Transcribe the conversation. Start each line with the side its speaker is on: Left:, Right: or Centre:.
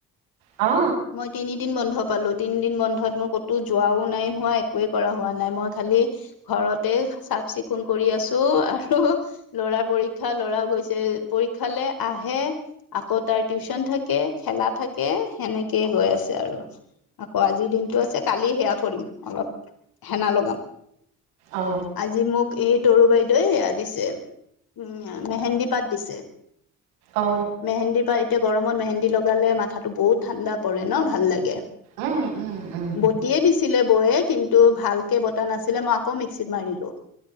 Right: অ।
Left: মই তিনিদিন বন্ধ পালো তিনিদিন বন্ধত মোৰ ক'তো যোৱাও নাই হোৱা একোৱেই কৰা হোৱা নাই, মই খালি ঘৰতে চাফ - চিকুণ কৰি আছো আৰু লৰা পৰীক্ষা লৰাও গৈছে পৰীক্ষালে আহে আকৌ তাৰ টিউচন থাকে, খেলা থাকে। সেনেকেই গৈ আছে আৰু আকৌ আজিৰ দিনটো আছে কালি সেয়া কৰিম অলপ। হেনা লগাম,
Right: অ
Left: আজি মোক ই তৰু বাইদেৱে সেয়া দিছে উম মেহেন্দী পাত দিছে।
Right: অ
Left: মেহেন্দিৰ পাত এতিয়া গৰমত মেহেন্দী লগালে মাথাটো বহুত ঠাণ্ডা পৰে ন ভাল লাগে।
Right: উম উম উম
Left: বটিয়ে দিছিলে বৌয়ে কিন টো ভালকে বতা নাছিলে মই আকৌ মিক্সিত মাৰিলো।